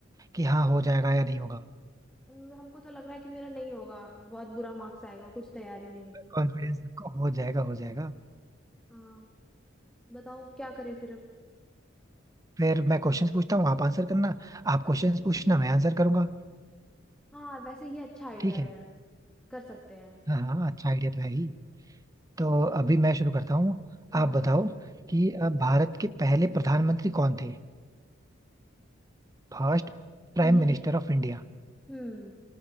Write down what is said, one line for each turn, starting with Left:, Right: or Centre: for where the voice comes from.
Right: कि हाँ
Centre: हाँ
Right: हो जाएगा या नहीं होगा
Centre: हम- हमको तो लग रहा है कि मेरा नहीं होगा बहुत बुरा मार्क्स आएगा कुछ तैयारी नहीं है
Right: कॉन्फिडेंस रखो हो जाएगा हो जाएगा
Centre: हाँ बताओ क्या करें फिर अब
Right: फिर मैं क्वेश्चंस पूछता हूँ आप आंसर करना आप क्वेश्चंस पूछना मैं आंसर करूंगा
Centre: हाँ वैसे ये अच्छा आइडिया
Right: ठीक है
Centre: है कर सकते हैं
Right: हाँ हाँ अच्छा आइडिया तो है ही तो अभी मैं शुरू करता हूँ
Centre: हाँ
Right: आप बताओ कि अ, भारत के पहले प्रधानमंत्री कौन थे First prime
Centre: ये
Right: minister of India
Centre: हम्म